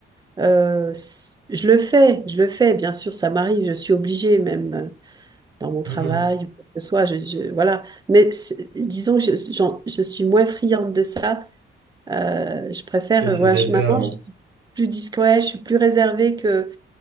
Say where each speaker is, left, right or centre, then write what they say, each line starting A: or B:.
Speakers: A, on the right; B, on the right.
A: Euh, c- je le fais, je le fais, bien sûr, ça m'arrive, je suis obligée même euh, dans mon travail,
B: Mhm.
A: ou quoi que ce soit, je, je- voilà. Mais c'est- disons que je, j'en- je suis moins friande de ça. Euh, je préfère,
B: Que tu
A: euh, voilà,
B: ne l'étais
A: je, maintenant,
B: avant.
A: je suis plus discrète, je suis plus réservée que,